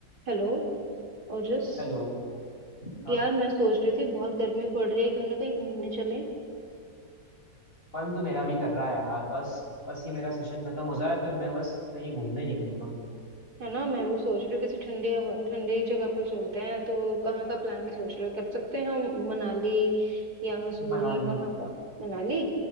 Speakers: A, on the right; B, on the left.
A: Hello Ojas
B: Hello हाँ
A: यार मैं सोच रही थी बहुत गर्मी पड़ रही है क्यों ना कहीं घूमने चले
B: मन तो मेरा भी कर रहा है यार बस बस ये मेरा सेशन खत्म हो जाए फिर मैं बस कहीं घूमने निकलूंगा
A: है ना मैं भी सोच रही हूँ किसी ठंडी हवा ठंडी जगह पर चलते हैं तो कहाँ का प्लान सोच रहे हो कर सकते हैं हम मनाली या मसूरी
B: मनाली
A: कहाँ का मनाली